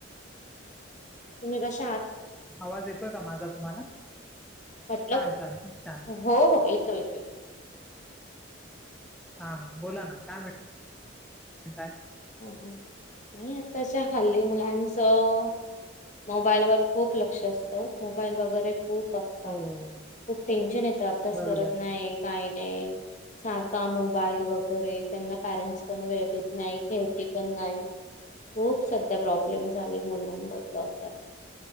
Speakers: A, on the left; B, in the centre.
A: तुम्ही कशा आहात?
B: आवाज येतोय का माझा तुम्हाला?
A: म्हटलं,
B: छान छान खूप छान
A: हो हो एक तुटतोय.
B: हा हा बोला ना काय म्हणता? ह.
A: हम, हम नाही त्याच्याखाली मुलांचं मोबाईलवर खूप लक्ष असतं. मोबाईल वगैरे खूप बघता.
B: हो हो
A: खूप टेन्शन येतं, अभ्यास
B: बरोबर
A: करत नाही. काही नाही. आणि सारख मोबाईल वगैरे त्यांना पॅरेंटस पण वेळ देत नाही. ठेवती पण नाही खूप सध्या प्रॉब्लेम झाले मुलांबद्दल तर